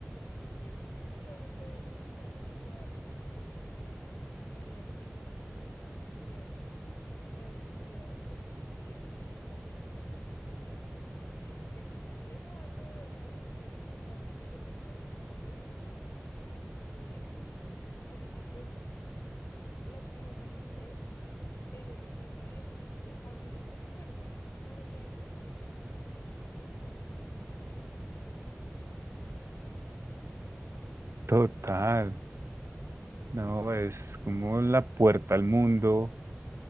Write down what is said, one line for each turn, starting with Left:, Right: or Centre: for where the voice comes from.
Left: No sé, pues obvio todo es respetable. Igual, si te soy sincera, no me arrepiento y nunca me arrepentiría de, de haber estudiado lo que estudié ni en la universidad que lo estudié. Y si te confieso algo de verdad, es que el trabajo que yo tengo ahorita es gracias a la universidad en la que estudié. Así que pues... Lastimosamente, el estudio y el título abre muchas puertas. Más allá de que uno tenga el conocimiento o no, abre muchísimas puertas.
Right: Total, no, es como la puerta al mundo,